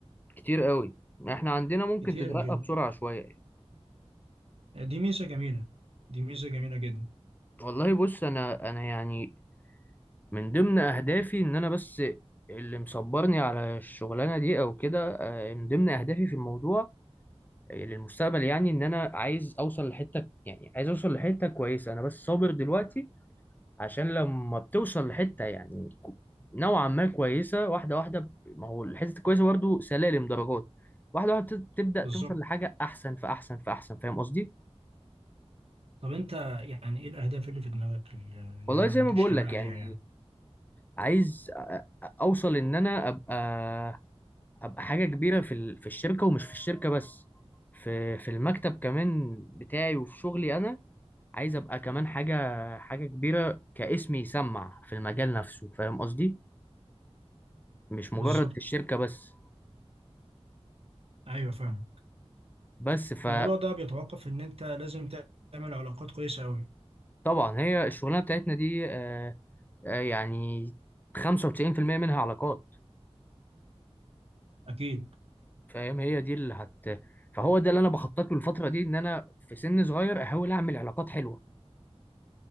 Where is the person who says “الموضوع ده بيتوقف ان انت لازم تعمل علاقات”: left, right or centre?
Right